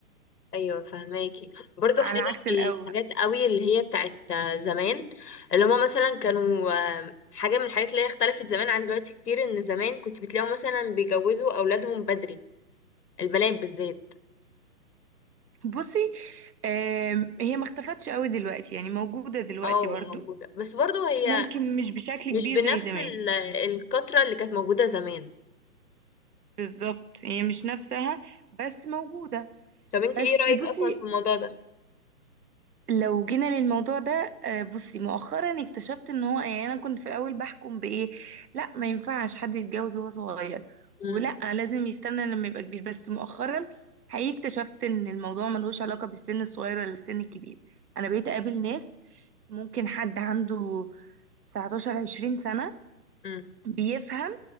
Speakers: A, on the left (about 75°); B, on the right (about 70°).
A: ايوه فهماكي برضو
B: على
A: حاجه
B: عكس الاول
A: من الحاجات قوي اللي هي بتاعت زمان اللي هما مثلا كانوا آه، حاجه من الحاجات اللي هي اختلفت زمان عن دلوقتي كتير ان زمان كنت بتلاقيهم مثلا بيجوزوا اولادهم بدري البنات بالذات
B: بصي آم، هي ما اختفتش قوي دلوقتي يعني موجودة دلوقتي
A: اه
B: برضو
A: موجوده بس برضو هي
B: ممكن مش بشكل
A: مش
B: كبير
A: بنفس
B: زي زمان
A: ال- الكتره اللي كانت موجوده زمان
B: بالظبط هي مش نفسها بس موجودة
A: طب انت
B: بس
A: ايه رايك
B: بصي
A: اصلا في الموضوع ده
B: لو جينا للموضوع ده آه، بصي مؤخرا اكتشفت ان هو يعني انا كنت في الاول بحكم بايه لا ما ينفعش حد يتجوز وهو صغير ولا
A: مم.
B: لازم يستنى لما يبقى كبير بس مؤخرا حقيقي اكتشفت ان الموضوع ملوش علاقة بالسن الصغير ولا السن الكبير انا بقيت اقابل ناس ممكن حد عنده 19 20 سنة
A: مم.
B: بيفهم